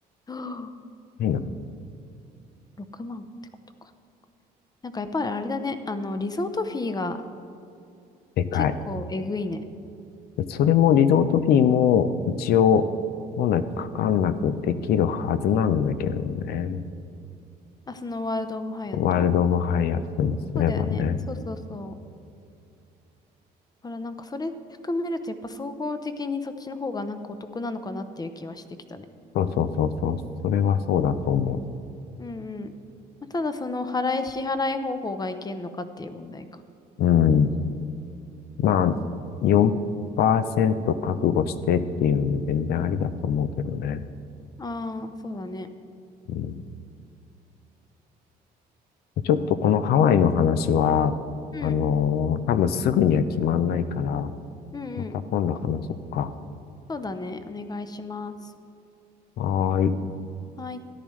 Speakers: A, on the left; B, on the left.
A: <gasps> はあ
B: いいな。
A: 6万ってことか。なんかやっぱりあれだね。あの、リゾートフィーが
B: でかい。
A: 結構えぐいね。
B: それもリゾートフィーも一応本来かかんなくできるはずなんだけどね。
A: あ、そのワールド・オブ・ハヤト
B: ワールド・オブ・ハイアットにすればね。
A: そうだよね。そうそうそう。だからなんかそれ含めるとやっぱ総合的にそっちの方がなんかお得なのかなっていう気はしてきたね。
B: そうそうそうそう。それはそうだと思
A: うんうん。まあ、ただその払い支払い方法がいけんのかっていう問題か。
B: う。うん。まあ、4%覚悟してっていうのも全然ありだと思うけどね。
A: ああ、そうだね。
B: うん、ちょっとこのハワイの話は、
A: うん。
B: あのー多分すぐには決まんないから、
A: うんうん。
B: また今度話そうか。
A: そうだね。お願いします。
B: はーい。
A: はい。